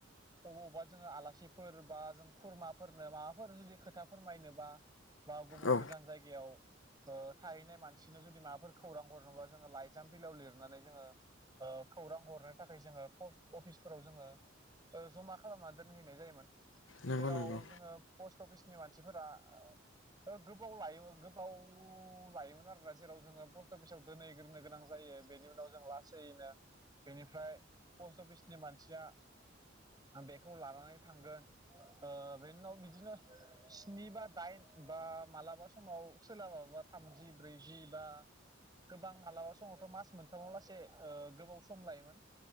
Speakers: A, on the right (about 20°); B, on the left (about 75°).
A: अबावबा जोङो आलासिफोर बा जों खुरमाफोरनो माबाफोर जुदि खोथा फोरमायनो बा बा गुबुन
B: औ
A: गोजान जायगायाव ओ थाहैनाय मानसिनो जुदि माबाफोर खौरां हरनोब्ला जोङो लाइजाम बिलाइयाव लिरनानै जोङो ओ खौरां हरनो थाखाय जोङो पस्ट अफिसफोराव जोङो ओ जमा खालामनानै दोनहैनाय जायोमोन
B: नंगौ
A: जेराव
B: नंगौ
A: जोङो पस्ट अफिसनि मानसिफोरा औ। ओ गोबाव लायोमोन गोबाव लायोमोन आरोना जेराव जोङो पस्ट अफिसाव दोनहैग्रोनो गोनां जायो बेनि उ नाव जों लासैयैनो बेनिफ्राय पस्ट अफिसनि मानसिया बेखौ लानानै थांगोन ओ बेनि उनाव बिदिनो स्नि बा दाइन बा मालाबा समाव सोलाबाबा थामजि ब्रैजि बा गोबां मालाबा समावथ' मास मोनथामाव लासे ओ गोबाव सम लायोमोन।